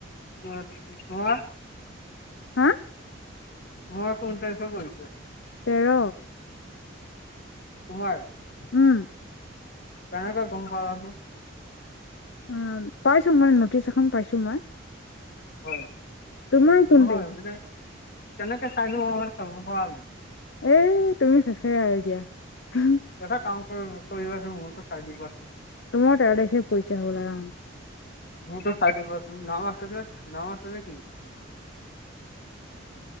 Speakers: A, on the left; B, on the left.
A: মোৰ, তোমাৰ?
B: হা?
A: তোমাৰ কোন তাৰিখে পৰিছে?
B: তেৰ।
A: তোমাৰ?
B: উম!
A: কেনকে গম পালানো?
B: উম, পাইছোঁ মানে, নটিছ এখন পাইছোঁ মই।
A: হয়!
B: তোমাৰ কোন
A: নহয়
B: তাৰিখে
A: মানে, কেনেকে <unintelligible>
B: এই, তুমি শেষে আৰু দিয়া। <unintelligible>
A: এটা কাম কৰি, কৰিবাচোন, মোৰতো চাই দিবাচোন?
B: মোৰ তেৰ তাৰিখে পৰিছে হ'বলা। অ'!
A: মোৰতো চায় দিবাচোন? <unintelligible> নাম আছে নেকি?